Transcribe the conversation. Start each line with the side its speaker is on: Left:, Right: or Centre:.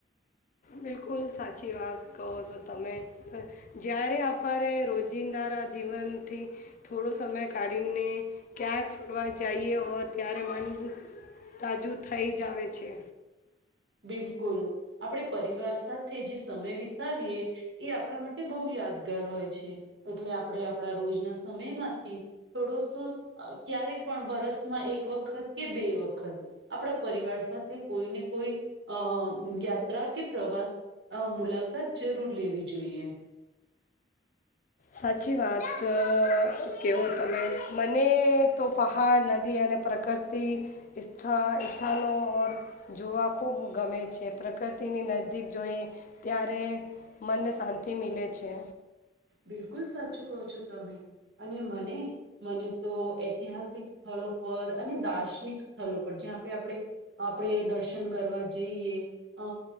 Left: બિલકુલ સાચી વાત કહો છો તમે. જ્યારે આપરે રોજિંદારા જીવનથી થોડો સમય કાઢીને ક્યાંક ફરવા જાઈએ હો ત્યારે મન તાજું થઈ જા આવે છે.
Right: બિલકુલ, આપણે પરિવાર સાથે જે સમય વિતાવીએ એ આપણા માટે બો યાદગાર હોય છે. એટલે આપણે આપણા રોજના સમયમાંથી થોડોસો ક્યારેક પણ વરસમાં એક વખત કે બે વખત આપણા પરિવાર સાથે કોઈને કોઈ અ યાત્રા કે પ્રવાસ મુલાકાત જરૂર લેવી જોઈએ.
Left: સાચી વાત ક કેવો તમે. મને તો પહાડ, નદી અને પ્રકૃતિથા સ્થાનો જોવા ખૂબ ગમે છે. પ્રકૃતિની નજીક જોઈ ત્યારે મનને શાંતિ મિલે છે.
Right: બિલકુલ સાચું કહો છો તમે અને મને મને તો ઐતિહાસિક સ્થળો પર અને દાર્શનિક સ્થળો પર જ્યાં આપણે આપણે દર્શન કરવા જઈએ. અ